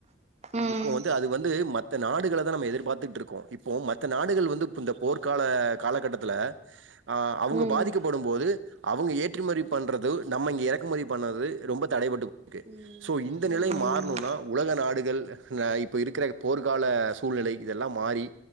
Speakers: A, on the right; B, on the right.
A: ம்
B: இப்போ வந்து அது வந்து மத் த நாடுகள தா நம்ம எதிர்பாத்துட்ருக்கோ இப்போ மத்த நாடுகள் வந்து இப்போ இந்த போர்க்கால காலகட்டத்துல ஆ அவங்க
A: ம்
B: பாதிக்கப்படும்
A: ம்
B: போது அவங்க ஏற்றுமரி பண்றது நம்ம இங்க இறக்குமதி பண்ணறது ரொம்ப தடைபட்டு க்கு
A: ம்
B: சோ இந்த
A: ஆமா
B: நிலை மாறணுனா
A: ஆமா
B: உலக நாடுகள் நா இப்ப இருக்கிற போர்க்கால சூழ்நிலை இதெல்லா மாறி